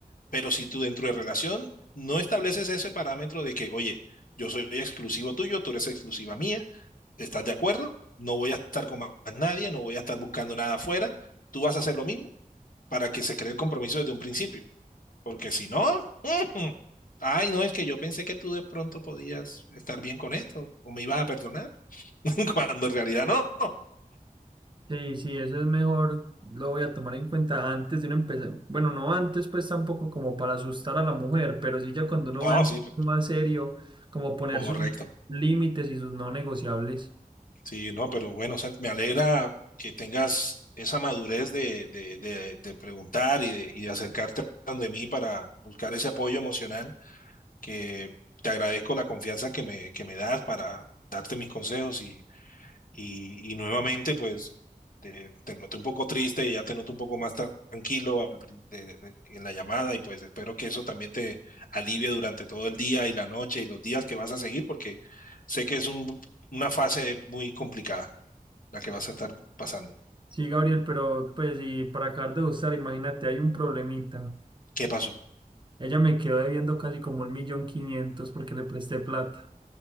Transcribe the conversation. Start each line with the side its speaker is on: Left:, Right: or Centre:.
Left: Pero si tú dentro de relación no estableces ese parámetro de que, oye, yo soy exclusivo tuyo, tú eres exclusiva mía, ¿estás de acuerdo? No voy a estar con más nadie, no voy a estar buscando nada afuera, tú vas a hacer lo mismo para que se cree el compromiso desde un principio. Porque si no, <laughs> ay, no, es que yo pensé que tú de pronto podías estar bien con esto o me ibas a perdonar. <laughs> cuando en realidad no.
Right: sí, sí, eso es mejor, lo voy a tomar en cuenta antes de uno empezar. Bueno, no antes, pues tampoco como para asustar a la mujer, pero sí ya cuando uno
Left: No,
Right: va en-
Left: sí, pues,
Right: más serio, como poner
Left: correcto.
Right: sus límites y sus no negociables.
Left: Sí, no, pero bueno, Santi, me alegra que tengas esa madurez de, de, de, de preguntar y de, y de acercarte a donde mí para buscar ese apoyo emocional que te agradezco la confianza que me, que me das para darte mis consejos y Y, y nuevamente, pues, te, te noté un poco triste, ya te noto un poco más tra- tranquilo al pri- de- de- en la llamada y pues espero que eso también te alivie durante todo el día y la noche y los días que vas a seguir, porque sé que es un- una fase muy complicada la que vas a estar pasando.
Right: Sí, Gabriel, pero pues y para acabar de gustar, imagínate, hay un problemita.
Left: ¿Qué pasó?
Right: Ella me quedó debiendo casi como un millón quinientos porque le presté plata.